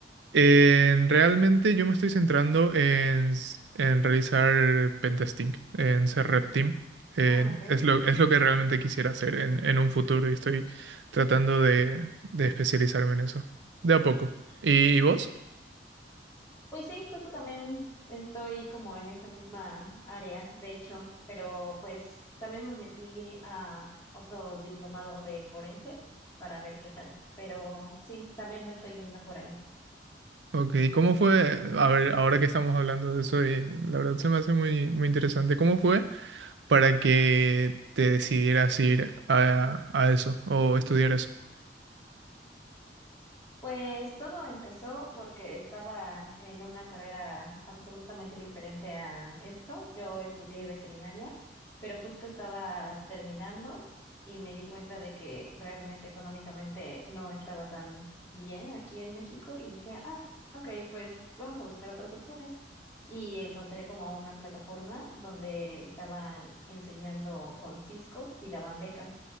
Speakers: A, on the right (about 80°); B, on the left (about 15°).
A: en- realmente yo me estoy centrando en, s- en realizar pentesting, en ser rep team. en-
B: Ah, ok.
A: es lo, es lo que realmente quisiera hacer en, en un futuro y estoy tratando de, de especializarme en eso, de a poco. ¿Y, y vos?
B: Pues sí, justo también estoy como en esa misma área, de hecho, pero pues también me metí a otro diplomado de forense para ver qué tal, pero sí, también me estoy yendo por ahí.
A: Ok, ¿cómo fue? A ver, ahora que estamos hablando de eso, y la verdad se me hace muy, muy interesante. ¿Cómo fue para que te decidieras ir a, a eso o estudiar eso?
B: Pues todo empezó porque estaba en una carrera absolutamente diferente a esto. Yo estudié veterinaria, pero justo estaba terminando y me di cuenta de que realmente económicamente no estaba tan bien aquí en México y dije, ah, ok, pues vamos a buscar otras opciones. Y encontré como una plataforma donde estaban enseñando con Cisco y daban becas.